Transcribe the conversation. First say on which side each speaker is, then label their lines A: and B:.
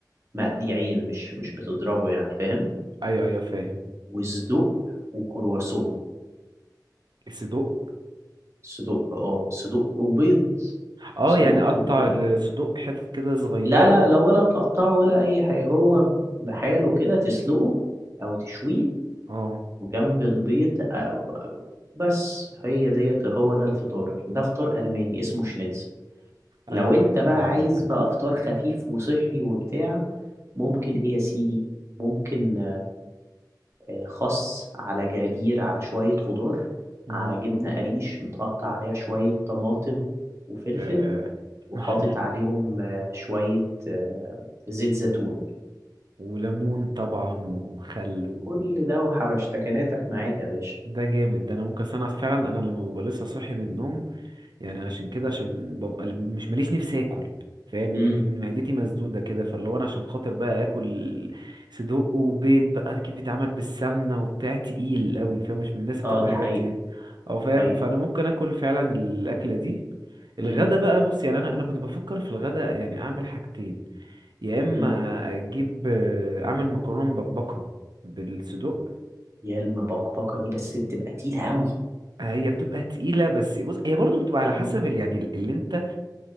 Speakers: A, on the right; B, on the right.
A: مقلي عين مش مش بتضربه يعني فاهم
B: ايوه ايوه فاهم
A: وصدق وكرواسون
B: الصدوق
A: صدق اه صدق وبيض
B: اه
A: صدق
B: يعني اقطع
A: وبيض
B: الصدوق حتت كده صغيره
A: لا لا
B: و...
A: لا ولا تقطعه ولا اي حاجه هو بحاله كده تسلقه او تشويه
B: اه
A: وجنب البيض آه، بس هي ديت هو ده الفطار ده فطار ألماني اسمه شنيتزل لو
B: ايوه
A: انت
B: ايوه
A: بقى
B: فاهمك
A: عايز بقى فطار خفيف وصحي وبتاع ممكن ايه يا سيدي ممكن آه، خس على جرجير على شوية خضار
B: مم.
A: على جبنة قريش متقطع عليها شوية طماطم وفلفل
B: آه،
A: وحاطط
B: <laughs>
A: عليهم آه، شوية آه، زيت زيتون
B: وليمون طبعا وخل و...
A: كل ده وحبشتكناتك معاك يا باشا
B: ده جامد ده انا ممكن أصل انا فعلا انا لما ببقى لسه صاحي من النوم يعني عشان كده عشان ببقى مش ماليش نفسي اكل فاهم بيبقى
A: امم
B: نف- معدتي مسدوده كده فاللي هو انا عشان خاطر بقى اكل صدوق وبيض بقى اكيد بيتعمل بالسمنه وبتاع تقيل قوي فاهم مش من الناس اللي
A: اه
B: بتاكل
A: دي
B: حاجات
A: حقيقة
B: ايه او فاهم
A: حقيقة
B: فانا ممكن اكل فعلا الاكله دي الغدا
A: مم.
B: بقى بص يعني انا انا كنت بفكر في الغدا يعني اعمل حاجتين يا اما
A: مم.
B: اجيب آه، اعمل مكرونه مبكبكه بالصدوق
A: يا المبقبقة دي بس بتبقى تقيلة قوي
B: هي بتبقى تقيله بس بص هي برضو بتبقى على
A: مم.
B: حسب ال- يعني ال- اللي انت